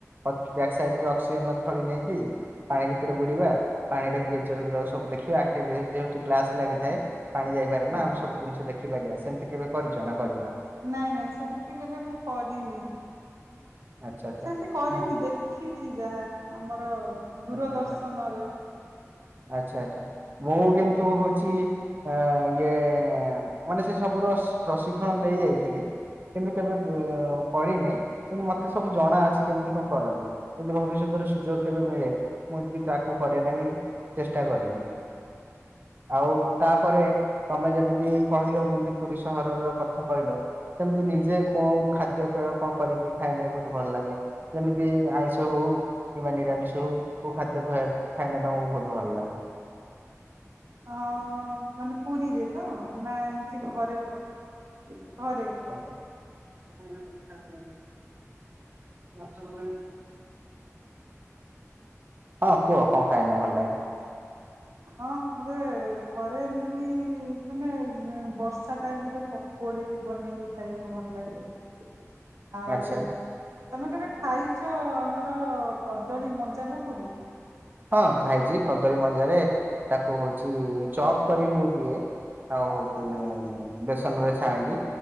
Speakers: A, on the right; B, on the right.
A: ଅକ୍ସ ବ୍ୟାକ ସାଇଡର ଅକ୍ଜେନ ନଥାବି ନେଇକି ପାଣି ଭିତରେ ବୁ ଯିବା ପାଣିର କିଏଚର ଗୁଡାକ ସବୁ ଦେଖିବା ଆକ୍ଟି ଭେଞ୍ଚର ତୁ ଗ୍ଲାସ ଲାଗିଥାଏ ପାଣି ଯା କାରଣ
B: ହୁଁ
A: ଆମେ ସବୁ ଜିନିଷ ଦେଖିପାରିବା ସେମିତି କେବେ କରିଛ ନା କରିନ?
B: ନାଇଁ ନାଇଁ ସେମିତି କେବେ ମୁଁ କରିନି।
A: ଆଚ୍ଛା ଆଚ୍ଛା।
B: ସେମିତି କରିନି
A: ହୁଁ
B: ଦେଖିଚି ଯାହା ଆମର ଦୂରଦର୍ଶନରେ।
A: ଆଚ୍ଛା ଆଚ୍ଛା ଆଚ୍ଛା ଆଚ୍ଛା ମୁଁ କିନ୍ତୁ ହୋଉଚି ଅ ଇଏ ମାନେ ସେ ସବୁର ସ ପ୍ରଶିକ୍ଷଣ ନେଇ ଯାଇଥିଲି। କିନ୍ତୁ କେବେ କରିନି କିନ୍ତୁ ମତେ ସବୁ ଜଣା ଅଛି କେମିତି କଣ କରନ୍ତି। ଯଦି ଭବିଷ୍ୟତରେ ସୁଯୋଗ କେବେ ମିଳେ ମୁଁ ଡ଼ି ତା କୁ କରିବା ନାଗି ଚେଷ୍ଟା କରିବି ଆଉ ତାପରେ ତମେ ଯେମିତି କହିଲ ଯେମିତି ପୁରୀ ସହରର କଥା କହିଲ ସେମିତି ନିଜେ କୋଉ ଖାଦ୍ୟ ପେୟ କଣ କରିକି ଖାଇନେ ବୋହୁତ ଭଲ ଲାଗେ? ଯେମିତି ଆଇଁଷ ହୋଉ କିମ୍ବା ନିରାମିଷ ହୋଉ କୋଉ ଖାଦ୍ୟ ଖା ଖାଇନେ ତମକୁ ଭୋଉତୁ ଭଲ ଲାଗେ?
B: ହଁ ମାନେ ପୁରୀରେ ତ ନା ଏମତି ଘରେ ବ ଘରେ।
A: <unintelligible> ଲଚକମଣି ହଁ କୁହ କଣ ଖାଇନେ ଭଲ ଲାଗେ?
B: ହଁ ମତେ ଘରେ ଏମିତି ମାନେ ବର୍ଷା ଟାଇମ୍ ରେ ପ କୁଡ଼ି ବନେଇକି ଖାଇବାକୁ ଭଲ ଲାଗେ। ଆଉ
A: ଆଚ୍ଛା
B: ତମେ କେବେ ଖାଇଚ ଆମର କଦଳୀ ମଞ୍ଜା ପକୁଡ଼ି?
A: ହଁ ଖାଇଚି କଦଳୀ ମଞ୍ଜାରେ ତାକୁ ହୋଉଚି ଚପ୍ କରିକି ବୋଉ ଦିଏ। ଆଉ ହୋଉଚି ବେସନରେ ଛାଣିକି